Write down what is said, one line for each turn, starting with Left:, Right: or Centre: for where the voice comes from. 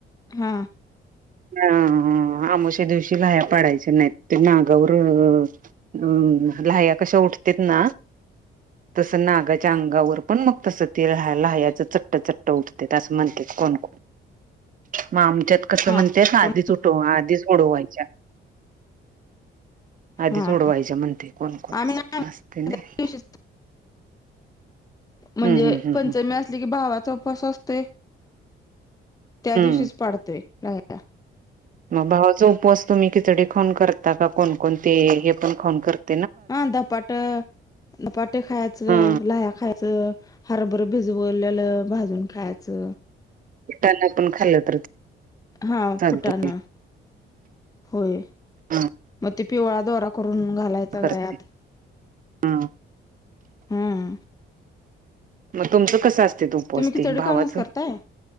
Left: हा.
Right: ह, आ... आमावश्या दिवशी लाह्या पाडायच्या नाहीत ते मागावर- हम्, लाह्या कशा उठतील ना- तसं नागाच्या अंगावर पण मग तसं- ते ला लाह्याच चट्ट, चट्ट उठतेत असं म्हणतात, कोण, कोण? मग आमच्यात कस म्हणतेत
Left: हा कोण
Right: आधीच उठवा, आधीच उडवायच्या. आधीच
Left: हा
Right: उडवायच्या म्हणतेत, कोण कोण
Left: आम्ही ना
Right: नसतय नाही.
Left: दिवशीच म्हणजे
Right: हम्म हम्म हम्म
Left: पंचमी
Right: हम्म
Left: असले की, भावाचा उपवास असतोय? त्या दिवशीच
Right: हम्म
Left: पाडतोय, <unintelligible>
Right: मग भावाचा उपवास तुम्ही खिचडी खाऊन करता का, कोण- कोण ते हे पण खाऊन करता?
Left: हा धपाट, धपाटे खायचं,
Right: हा
Left: लह्या खायचं. हरभर भिजवलेलं भाजून खायचं.
Right: <unintelligible> आपण खाल्ल तर-
Left: हा
Right: चालते
Left: फुठानं. होय,
Right: हा
Left: मग ते पिवळा दोरा करून घालायचा
Right: करते
Left: गळ्यात.
Right: हा
Left: हम्म.
Right: मग तुमचं कसं असतय, ते उपवास
Left: तुम्ही खिचडी
Right: ते असते भावाचं?
Left: खाऊनच करताय